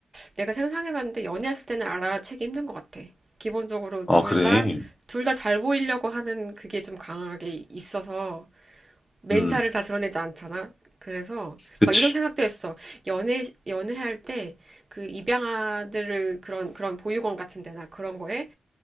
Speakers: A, on the right (about 25°); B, on the left (about 20°).
A: 내가 상상해봤는데 연애했을 때는 알아채기 힘든 것 같아. 기본적으로 둘
B: 아, 그래.
A: 다, 둘 다 잘 보이려고 하는 그게 좀 강하게 있어서 맨살을
B: 음,
A: 다 드러내지 않잖아. 그래서
B: 그치.
A: 막 이런 생각도 했어. 연애, 연애할 때 그 입양아들을 그런, 그런 보육원 같은 데나 그런 거에